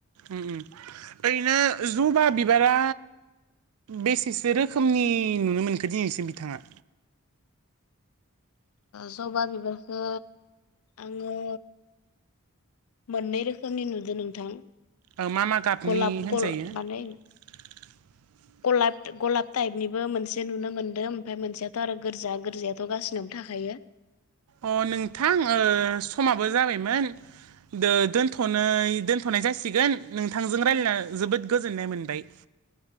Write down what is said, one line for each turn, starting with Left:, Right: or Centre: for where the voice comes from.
Right: ओरैनो जबा बिबारा बेसेसो रोखोमनि नुनो मोनखो दिनैसिम बिथाङा?
Left: जबा बिबारखौ आङो मोननै रोखोमनि नुदों नोंथां।
Right: औ मा मा गाबनि
Left: गलाब
Right: होनजायो?
Left: गल माने
Right: <inaudible>
Left: गलाब गलाब टाइपनिबो मोनसे नुनो मोन्दों ओमफ्राय मोनसेयाथ' आरो गोरजा गोरजायाथ' गासिनबो था बाहाया
Right: अ नोंथां समाबो जाबायमोन दो दोनथ'नाय दोनथ'नाय जासिगोन नोंथांजों रायलायना जोबोद गोजोननाय मोनबाय। <inaudible>